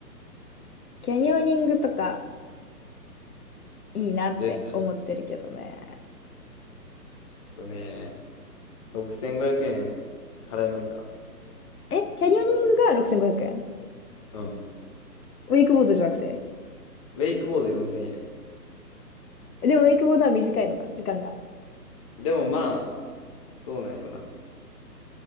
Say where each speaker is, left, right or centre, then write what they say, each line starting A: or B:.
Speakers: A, on the left; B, on the left.
A: キャニオニングとかいいなって思ってるけどね。
B: で、だね。ちょっとね、6500円払えますか
A: え、キャニオニングが6500円
B: うん。
A: ウェイクボードじゃなくて。
B: ウェイクボード4000円。
A: でもウェイクボードは短いのか、時間が。
B: でもまあ、どうなんやろな。